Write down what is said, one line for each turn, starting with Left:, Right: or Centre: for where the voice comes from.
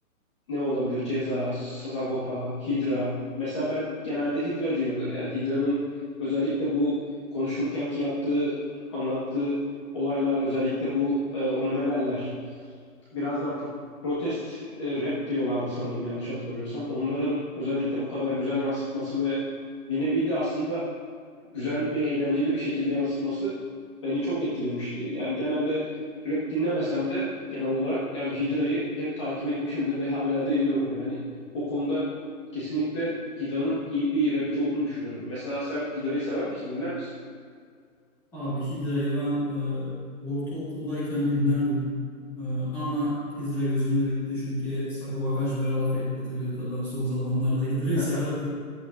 Left: ne olabilir? Ceza, Sagopa, Hydra. Mesela ben genelde Hydra'cıyımdır. Yani Hydra'nın özellikle bu konuşurkenki yaptığı, anlattığı olaylar özellikle bu e, ona ne derler? Biraz da p- protest e, rap diyorlardı sanırım yanlış hatırlamıyorsam. Onların özellikle bu kadar güzel yansıtması ve bir nevi de aslında güzel bir eğlenceli bir şekilde yansıtması beni çok etkilemişti. Yani genelde rap dinlemesem de genel olarak yani Hidra'yı hep takip etmişimdir ve hala da ediyorum yani. O konuda kesinlikle Hidra'nın iyi bir rapçi olduğunu düşünüyorum. Mesela sen Hidra'yı sever misin? Dinler misin?
Centre: Abi Hidra'yı ben e, ortaokuldayken dinlerdim. E, ama Hidra gözümde bitti çünkü Sagopa Kajmer'e laf etti Twitter'dan son zamanlarda Hidra'yı
Left: <laughs>
Centre: severdim.